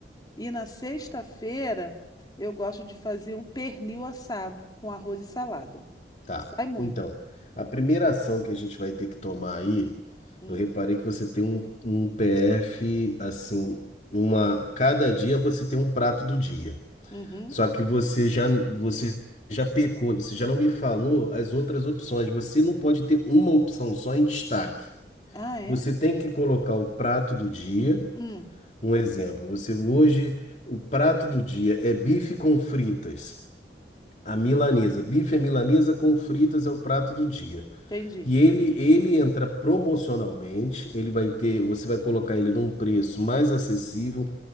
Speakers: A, on the left; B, on the left.
A: E na sexta-feira eu gosto de fazer um pernil assado com arroz e salada.
B: Tá.
A: Sai muito.
B: Então, a primeira ação que a gente vai ter que tomar aí,
A: Hum.
B: eu reparei que você tem um, um PF, assim, uma, cada dia você tem um prato do dia.
A: Uhum.
B: Só que você já, você já pecou, você já não me falou as outras opções. Você não pode ter uma opção só em destaque.
A: Ah, é?
B: Você tem que colocar o prato do dia.
A: Hum.
B: Um exemplo, você hoje, o prato do dia é bife com fritas. A milanesa. Bife é milanesa com fritas é o prato do dia.
A: Entendi.
B: E ele, ele entra promocionalmente, ele vai ter, você vai colocar ele num preço mais acessível,